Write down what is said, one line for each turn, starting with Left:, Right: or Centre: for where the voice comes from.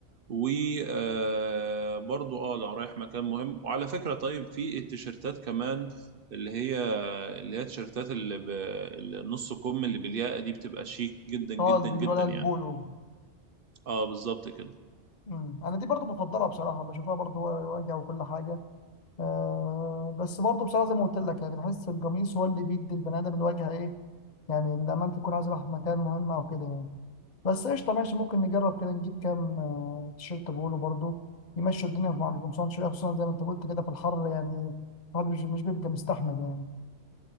Right: وبرضو اه لو رايح مكان مهم وعلى فكره طيب في التيشيرتات كمان اللي هي اللي هي التيشيرتات اللي ب- النص كم اللي بالياقه دي بتبقى شيك جدا جدا
Left: اه اللي بيقولوا
Right: جدا
Left: عليها
Right: يعني
Left: البولو
Right: اه بالظبط كده
Left: امم انا دي برضو بفضلها بصراحه بشوفها برضو واجهه وكل حاجه آه بس برضه بصراحة زي ما قلت لك يعني بحس القميص هو اللي بيدي البني آدم الواجهة إيه يعني لما أنت تكون عايز رايح مكان مهم أو كده يعني بس قشطة ماشي ممكن نجرب كده نجيب كام آه تيشيرت بولو برضه يمشوا الدنيا مع القمصان شوية خصوصا زي ما أنت قلت كده في الحر يعني الواحد مش مش بيبقى مستحمل يعني